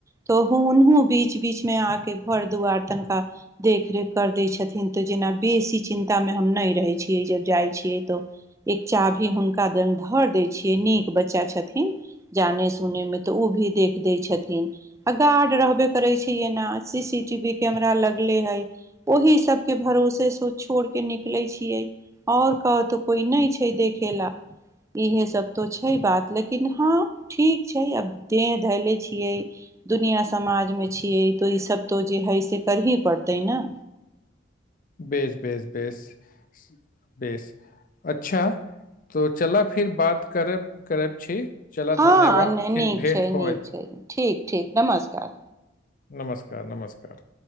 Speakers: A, on the right; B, on the left.
A: तो हुँ ओनहु बीच बीचमे आके घर दुआर तनिका। देखरेख कर दै छथिन, तऽ जेना बेसी चिन्तामे हम नहि रहैत। छिये जब जाइ छियै तऽ। एक चाभी हुनका धर दै छियै निक बच्चा छथिन। जाने-सुनने तऽ ओ भी देख दै छथिन। आ गार्ड रहबे करे छै, एना सीसीटीवी कैमरा लगले हे। ओहि सभके भरोसे से छोड़ के निकले छिये। आओर कहतऽ कोई नहि छै, देखय ल। इहे सभ तो छै बात लेकिन हँ। ठीक छै, आब देह धैले छियै। दुनिआ समाजमे छियै तऽ ईसभ तो जे हइ से करही पड़तै ने।
B: बेस, बेस, बेस, बेस। अच्छा, तऽ चलऽ फिर बात करै करैब छै। चलऽ
A: हँ
B: धन्यवाद फिर
A: नीक
B: भेट
A: छै
B: होत।
A: नीक छै ठीक, ठीक, नमस्कार।
B: नमस्कार, नमस्कार।